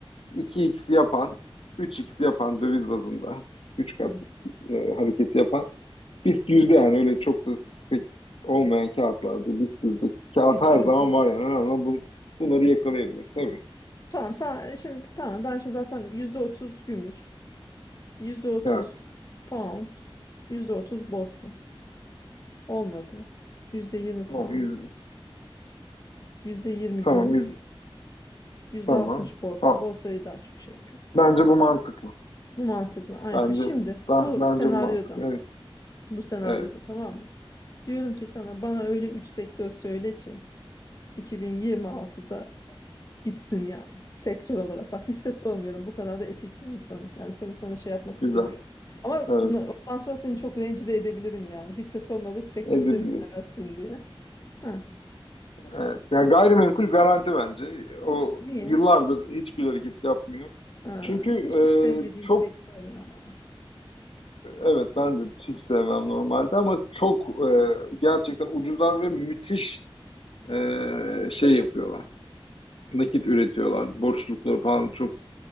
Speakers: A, on the left; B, on the left.
A: iki x yapan üç x yapan döviz bazında 3 kat
B: Hı,
A: e, hareketi yapan BIST yüzde yani öyle çok da spek olmayan kağıtlarda BIST yüzde kağıt
B: biz
A: her
B: yüzdük.
A: zaman var yani önemli olan bun, bunları yakalayabilmek tabii.
B: Tamam sen şimdi tamam ben şimdi zaten %30 gümüş, yüzde otuz
A: Evet.
B: pound, %30 borsa. Olmadı. Yüzde yirmi
A: Tamam
B: pound,
A: yüzde.
B: yüzde yirmi
A: Tamam
B: gümüş,
A: yüzde.
B: yüzde
A: Tamam.
B: altmış borsa.
A: Tamam.
B: Borsayı daha çok şey yapıyor.
A: Bence bu mantıklı.
B: Bu mantıklı aynen.
A: Bence
B: Şimdi
A: ben,
B: bu
A: bence
B: senaryoda,
A: bu mantıklı. Evet.
B: bu senaryoda
A: Evet.
B: tamam mı? Diyorum ki sana bana öyle 3 sektör söyle ki 2026'da gitsin yani sektör olarak. Bak hisse sormuyorum bu kadar da etik bir insanım. Yani seni sonra şey yapmak istemiyorum.
A: Güzel.
B: Ama
A: Evet.
B: bunu ondan sonra seni çok rencide edebilirim yani. Hisse sormadık sektörü
A: Edebiliriz.
B: de mi bilemezsin diye. Ha,
A: Evet. Ya gayrimenkul garanti bence. O
B: niye?
A: yıllardır hiçbir hareket yapmıyor.
B: Ha,
A: Çünkü e,
B: hiç de sevmediğim
A: çok
B: sektör ya.
A: evet ben de hiç sevmem normalde ama çok e, gerçekten ucuzlar ve müthiş e, şey yapıyorlar. Nakit üretiyorlar. Borçlulukları falan çok